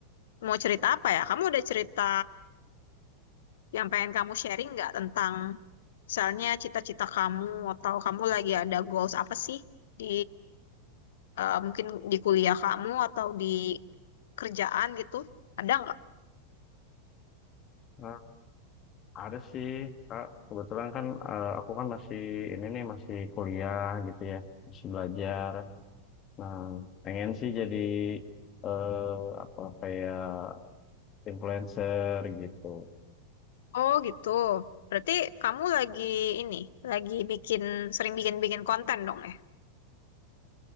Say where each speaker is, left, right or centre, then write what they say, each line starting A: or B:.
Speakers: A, on the left; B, on the left.
A: mau cerita apa ya? Kamu udah cerita yang pengen kamu sharing nggak tentang misalnya cita-cita kamu atau kamu lagi ada goals apa sih di eh, mungkin di kuliah kamu atau di kerjaan gitu? Ada nggak?
B: eh, ada sih Kak. Kebetulan kan eh, aku kan masih ini nih masih kuliah gitu ya, masih belajar. Nah, pengen sih jadi eh apa kayak influencer gitu.
A: Oh gitu. Berarti kamu lagi ini, lagi bikin, sering bikin-bikin konten dong ya?